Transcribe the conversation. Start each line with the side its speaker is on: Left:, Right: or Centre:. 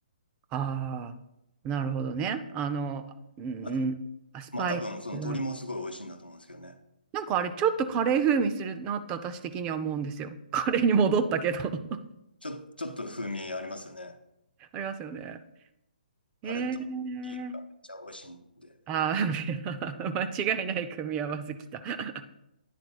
Right: ああ、なるほどね。あの、うん、
Left: あと、
Right: うんスパイス。
Left: まあ多分その鶏もすごい美味しいんだと思うんですけどね。
Right: なんかあれ、ちょっとカレー風味するなって私的には思うんですよ。<laughs> カレーに戻ったけど <laughs>
Left: ちょ、ちょっと風味ありますよね。
Right: ありますよね。えー。
Left: あれとビールがめっちゃ美味しいんで。
Right: あー <laughs> 間違いない組み合わせきた。<laughs>